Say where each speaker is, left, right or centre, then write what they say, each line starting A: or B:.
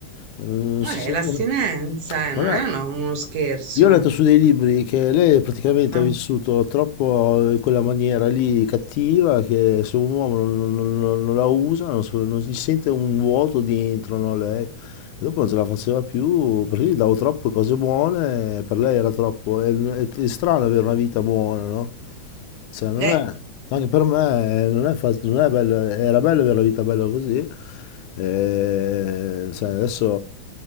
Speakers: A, on the left (about 80°); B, on the right (about 80°).
A: non
B: Eh,
A: si sentono.
B: l'astinenza, eh,
A: Ma
B: non
A: no,
B: è uno uno scherzo,
A: io ho letto
B: eh.
A: su dei libri che lei praticamente
B: Eh.
A: ha vissuto troppo in quella maniera lì cattiva che se un uomo non, non- non- non la usa, non, so- non si sente un vuoto dentro, no, lei. E dopo non ce la faceva più perché gli davo troppe cose buone, per lei era troppo. È, è- è strano avere una vita buona, no? Cioè, non
B: Eh.
A: è, anche per me eh, non è, fa- non è bello, era bello avere la vita bella così, e, cioè, adesso